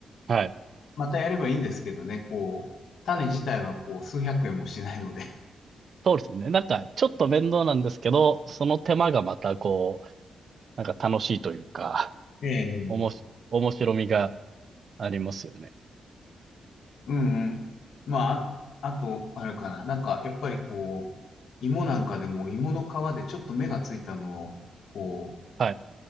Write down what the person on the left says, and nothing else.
またやればいいんですけどね、こう、種自体は、こう、数百円もしないので。
ええ。
うんうん。まあ、あと、あれかな。なんか、やっぱりこう、芋なんかでも芋の皮でちょっと芽がついたのを、こ